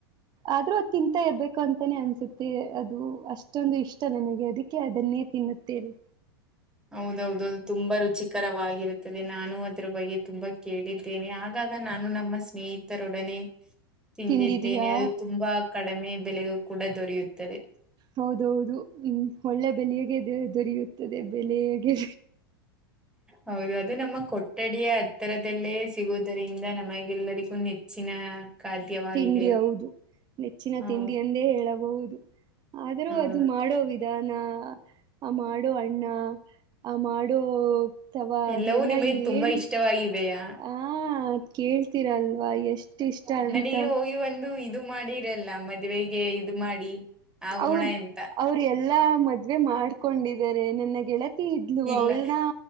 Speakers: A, on the right; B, in the centre.
A: ಆದ್ರೂ ಅದು ತಿಂತಾ ಇರ್ಬೇಕು ಅಂತಾನೇ ಅನ್ಸುತ್ತೆ ಅದು ಅಷ್ಟೊಂದು ಇಷ್ಟ ನನಗೆ ಅದಿಕ್ಕೆ ಅದ ಅದನ್ನೇ ತಿನ್ನುತ್ತೇವೆ.
B: <inaudible> ಹೌದೌದುದು ತುಂಬಾ ರುಚಿಕರವಾಗಿರುತ್ತದೆ ನಾನು ಅದ್ರ ಬಗ್ಗೆ ತುಂಬಾ ಕೇಳಿದ್ದೇನೆ ಆಗ ಆಗ ನಾನು ನಮ್ಮ ಸ್ನೇಹಿತರೊಡನೆ ತಿಂದಿದ್ದೇನೆ
A: ತಿಂದಿದೀಯಾ
B: ಅದು ತುಂಬಾ ಕಡಮೆ ಬೆಲೆಯು ಕೂಡ ದೊರೆಯುತ್ತದೆ.
A: ಹೌದೌದು ಹ್ಮ ಒಳ್ಳೆ ಬೆಲಿಯಗೆ ದೋ ದೊರೆಯುತ್ತದೆ. ಬೆಲೆಗೆ
B: ಹೌದು ಅದು ನಮ್ಮ ಕೊಠಡಿಯ ಹತ್ತರದಲ್ಲೇ ಸಿಗುದರಿಂದ ನಮ್ಮೆಲ್ಲರಿಗೂ ನೆಚ್ಚಿನ. ಖಾದ್ಯವಾಗಿದೆ
A: ತಿಂಡಿ ಹೌದು ನೆಚ್ಚಿನ
B: ಹೌ
A: ತಿಂಡಿ ಎಂದೇ ಹೇಳಬಹುದು. ಆದ್ರೂ
B: ಹೌದು
A: ಅದು ಮಾಡೋ ವಿಧಾನ. ಆ ಮಾಡೊ ಅಣ್ಣ ಆ ಮಾಡೊ. ತವಾ
B: ಎಲ್ಲವೂ
A: ಅದೆಲ್ಲಾ
B: ನಿಮಗೆ ತುಂಬಾ
A: ಏನ್
B: ಇಷ್ಟವಾಗಿದೆಯಾ
A: ಆ ಕೇಳ್ತೀರಲ್ವಾ ಎಷ್ಟ ಇಷ್ಟ ಅ
B: ಈಗೆ ಹೋಗಿ ಒಂದು ಇದು ಮಾಡಿರಲ್ಲ ಮದ್ವೆಗೆ ಇದು ಮಾಡಿ. ಆಗೋಣ
A: ಅವ್ರ
B: ಎಂತ
A: ಅವ್ರ ಎಲ್ಲಾ ಮದ್ವೆ ಮಾಡ್ಕೊಂಡಿದ್ ಮಾಡ್ಕೊಂಡಿದ್ದಾರೆ ನನ್ನ ಗೆಳತಿ ಇದ್ಲು
B: ಇಲ್ಲ
A: ಅವಳನ